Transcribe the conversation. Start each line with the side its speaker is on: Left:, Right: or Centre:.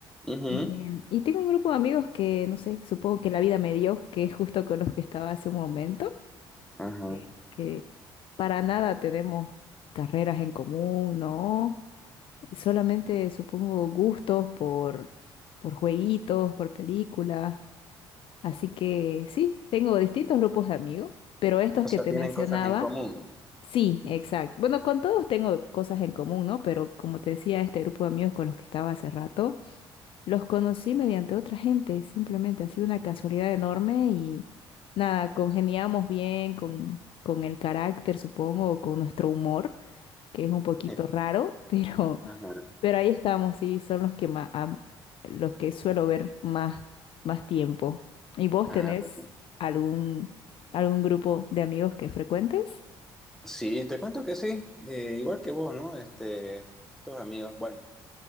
Centre: Ujú.
Left: Em, y tengo un grupo de amigos que, no sé, supongo que la vida me dio, que es justo con los que estaba hace un momento,
Centre: Ajá.
Left: eh, que para nada tenemos carreras en común, ¿no? solamente supongo gustos por, por jueguitos, por películas. Así que sí, tengo distintos grupos de amigos, pero estos
Centre: O
Left: que
Centre: sea,
Left: te
Centre: tienen
Left: mencionaba,
Centre: cosas en común.
Left: sí, exacto. Bueno, con todos tengo cosas en común, ¿no? Pero como te decía, este grupo de amigos con los que estaba hace rato, los conocí mediante otra gente, simplemente ha sido una casualidad enorme y nada, congeniamos bien con, con el carácter, supongo, o con nuestro humor, que es un poquito
Centre: <laughs>
Left: raro, <laughs> pero...
Centre: Ajá.
Left: Pero ahí estamos, sí, son los que más, los que suelo ver más, más tiempo. ¿Y vos
Centre: Ah,
Left: tenés
Centre: bueno.
Left: algún, algún grupo de amigos que frecuentes?
Centre: Sí, te cuento que sí, eh, igual que vos, ¿no? Este, estos amigos, bueno,